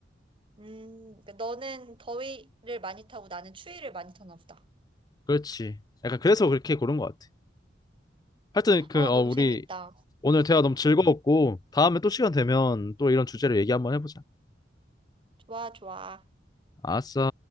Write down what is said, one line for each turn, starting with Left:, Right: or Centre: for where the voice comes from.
Right: 음, 그러니까 너는 더위를 많이 타고 나는 추위를 많이 타나 보다.
Left: 그렇지. 약간 그래서 그렇게 고른 것 같아. 하여튼 그
Right: 어,
Left: 어
Right: 너무
Left: 우리
Right: 재밌다.
Left: 오늘 대화 너무 즐거웠고, 다음에 또 시간 되면 또 이런 주제로 얘기 한번 해보자.
Right: 좋아, 좋아.
Left: 아싸.